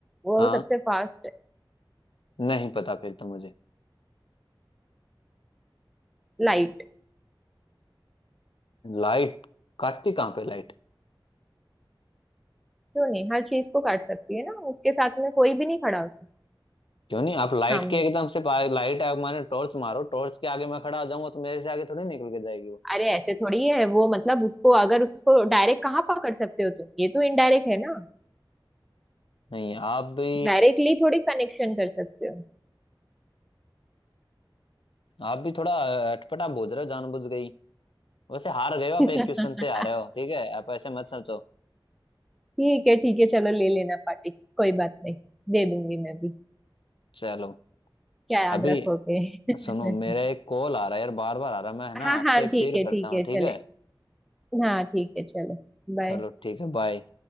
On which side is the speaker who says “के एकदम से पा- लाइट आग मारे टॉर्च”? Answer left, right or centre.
Left